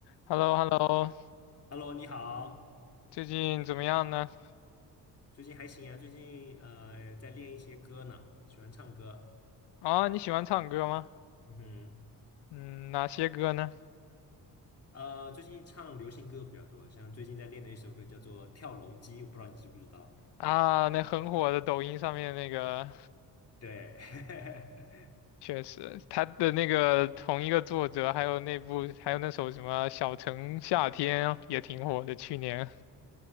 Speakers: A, on the left (about 85°); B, on the left (about 35°).
A: h e l l o h e l l o
B: Hello，你好，
A: 最近怎么样呢？
B: 最近还行啊，最近呃在练一些歌呢，喜欢唱歌。
A: 啊，你喜欢唱歌吗？
B: 嗯哼，
A: 嗯，哪些歌呢？
B: 呃，最近唱流行歌比较多，像最近在练的一首歌叫做《跳楼机》，我不知道你知不知道。
A: 啊，那很火的抖音上面那个，
B: 对，<laughs>
A: 确实，他的那个同一个作者，还有那部，还有那首什么《小城夏天》也挺火的，去年。